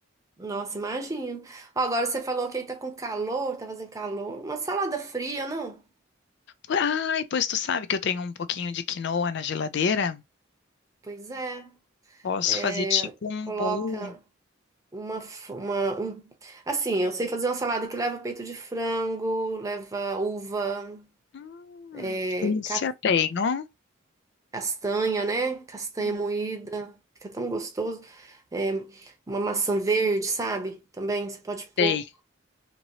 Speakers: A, on the right; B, on the left.
A: Nossa, imagino. Ó, agora você falou que aí tá com calor, tá fazendo calor. Uma salada fria, não?
B: Ai, pois tu sabe que eu tenho um pouquinho de quinoa na geladeira?
A: Pois é.
B: Posso
A: É,
B: fazer tipo um
A: coloca
B: bowl.
A: uma, f- uma um, assim, eu sei fazer uma salada que leva peito de frango, leva uva,
B: Hum,
A: é,
B: que delícia. Tenho.
A: Castanha, né? Castanha
B: Hum,
A: moída, fica tão gostoso. É, uma maçã verde, sabe? Também você pode pôr,
B: Sei.